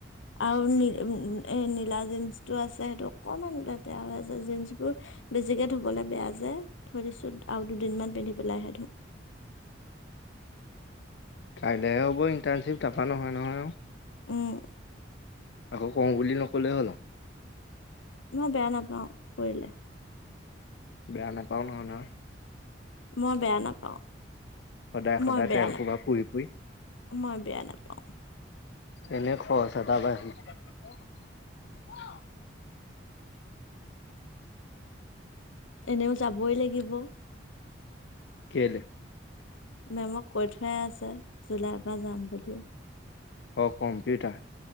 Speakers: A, on the left; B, on the left.
A: আৰু ন এ নীলা জীন্স টো আছে সেইটো অকমান লাতেয়া হৈ আছে জীন্স বোৰ বেছিকে ধুবলৈ বেয়া যে থৈ দিছো আৰু দুদিনমান পিন্ধি পেলাইহে ধুম <unintelligible>
B: কাইলেহে হ'ব ইণ্টাৰ্ণশ্বিপ তপা নহয় নহয় আৰু
A: উম
B: আকৌ কওঁ বুলি নক'লেই হ'ল
A: মই বেয়া নাপাওঁ কৰিলে
B: বেয়া নাপা ন ন
A: মই বেয়া নাপাওঁ
B: সদায়
A: মই
B: সদায়
A: বেয়া
B: তেল
A: নাপাওঁ
B: সোপা পুৰি পুৰি
A: মই বেয়া নাপাওঁ
B: এনে খোৱাচা তাৰাব আহি
A: এনেও যাবই লাগিব
B: কলৈ
A: মেমক কৈ থোৱয় আছে জুলাই পৰা যাম বুলি
B: অ কম্পিউটাৰ